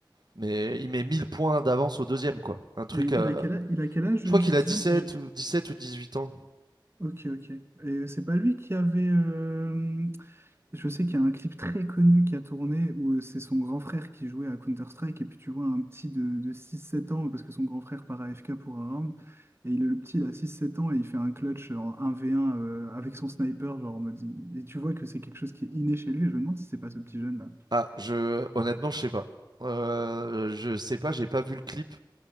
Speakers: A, on the right; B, on the right.
A: Mais il met 1000 points d'avance au deuxième, quoi. Un truc.
B: Et
A: euh,
B: il a quel âge, il a quel âge
A: Je
B: euh,
A: crois
B: ce
A: qu'il
B: petit
A: a dix
B: jeune?
A: sept
B: J'ai-
A: ou dix sept ou dix huit ans.
B: Ok, ok. Et c'est pas lui qui avait. euh, Je sais qu'il y a un clip très connu qui a tourné où euh, c'est son grand frère qui jouait à Counter-Strike et puis tu vois un petit de, de 6-7 ans parce que son grand frère part AFK pour un round et il, le petit il a six sept ans et il fait un clutch en 1 v un euh, avec son sniper genre en mode- et tu vois que c'est quelque chose qui est inné chez lui et je me demande si c'est pas ce petit jeune là.
A: Ah, je honnêtement, je sais pas. Euh, je sais pas, j'ai pas vu le clip.